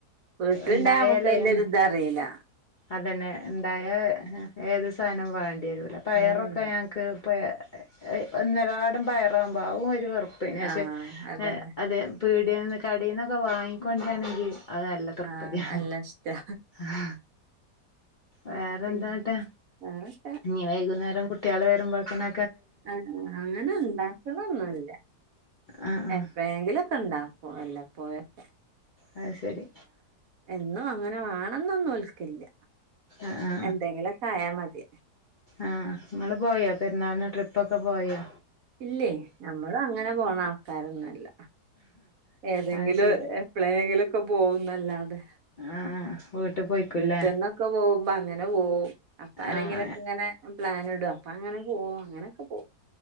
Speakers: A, on the right; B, on the left.
A: വീട്ടുണ്ടയ
B: ഉണ്ടായാലേ
A: നമക്ക് അയിന്റെ
B: ഒന്ന്
A: ഒരു ഇത് അറില്ല.
B: അതന്നെ ഇണ്ടായ ഏത് സാധനം വേണ്ടിരൂല്ല പയറൊക്കെ
A: ഉം
B: ഞങ്ങൾക്ക് ഇപ്പ ഒന്നിരാടം പയറാകുമ്പോ ആകും ഒരു വെറുപ്പിന്നെ പക്ഷേ
A: ആഹ് അതന്നെ
B: അത് പീടികയിന്ന് കടയിൽന്നൊക്കെ വാങ്ങിക്കൊണ്ടാണെങ്കിൽ അത് നല്ല തൃപ്പതിയാ
A: ആഹ് നല്ല ഇഷ്ടാ
B: ആ വേറെ
A: പിന്നെ
B: എന്താന്നട്ട്?
A: വേറൊക്കെ
B: ഇനി വൈകുന്നേരം കുട്ടികള് വരുമ്പോഴത്ത്ന്
A: ആ അങ്ങനെ ഇണ്ടാക്കലൊന്നുല്ല.
B: ആ ആ
A: എപ്പഴെങ്കിലുമൊക്കെ ഇണ്ടാക്കും വല്ലപ്പോയൊക്കെ
B: അത് ശരി
A: എന്നും അങ്ങനെ വേണംന്നൊന്നും ഒൽക്കില്ല
B: ആ ആ
A: എന്തെങ്കിലൊക്കെ ആയാ മതി
B: ആ നിങ്ങൾ പോയോ പെരുന്നാളിന് ട്രിപ്പ് ഒക്കെ പോയോ?
A: ഇല്ല്യ നമ്മൾ അങ്ങനെ പോണാൾക്കാരൊന്നുമല്ല ഏതെങ്കിലും
B: അത് ശരി
A: എപ്പോഴെങ്കിലുമൊക്കെ പോകുംന്നല്ലാതെ
B: ആ വീട്ടിൽ പോയിക്കൂല്ലേ
A: ബ്രിട്ടെന്നൊക്കെ പോകും അപ്പൊ അങ്ങനെ പോകും അപ്പൊ ആരെങ്കിലുംമൊക്കെ
B: ആ
A: ഇങ്ങനെ പ്ലൻ ഇടും അപ്പൊ അങ്ങനെ പോകും അങ്ങനെയൊക്കെ പോകും